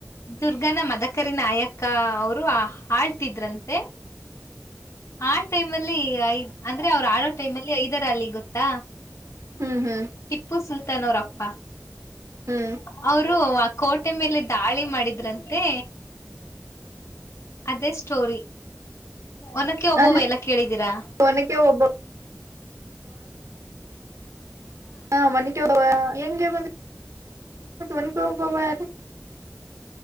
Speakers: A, on the left; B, on the right.
A: ದುರ್ಗನ ಮದಕರಿ ನಾಯಕ ಅವರು ಆಳ್ತಿದ್ರಂತೆ ಆ ಟೈಮ ಅಲ್ಲಿ ಐದ ಅಂದ್ರೆ ಅವ್ರು ಆಳೋ ಟೈಮ್ಲ್ಲಿ ಐದರ ಅಲ್ಲಿ ಗೊತ್ತಾ
B: ಹ್ಮ್ ಹ್ಮ್
A: ಟಿಪ್ಪು ಸುಲ್ತಾನ್ ಅವರ ಅಪ್ಪ
B: ಹ್ಮ್
A: ಅಪ್ಪಾ ಅವರು ಕೋಟೆ ಮೇಲೆ ದಾಳಿ ಮಾಡಿದ್ರ ಅಂತೆ ಅದೇ ಸ್ಟೋರಿ ಒನಕ್ಕೆ ಓಬವ್ವ
B: ಅಲ್ಲ
A: ಎಲ್ಲ ಕೇಳಿದ್ದೀರಾ
B: ಒನಕೆ ಒಬ್ಬವ ಹಾ ಒನಕೆ ಓಬವ್ವ ಹೆಂಗೆ ಬಂದ ಒನಕೆ ಓಬವ್ವ ಯಾರ